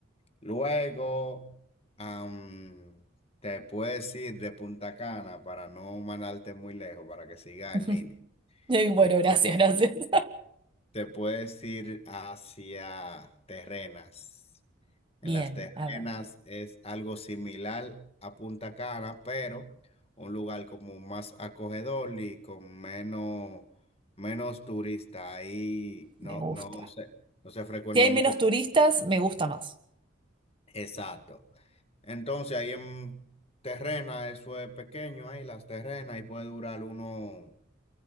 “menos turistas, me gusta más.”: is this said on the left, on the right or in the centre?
Right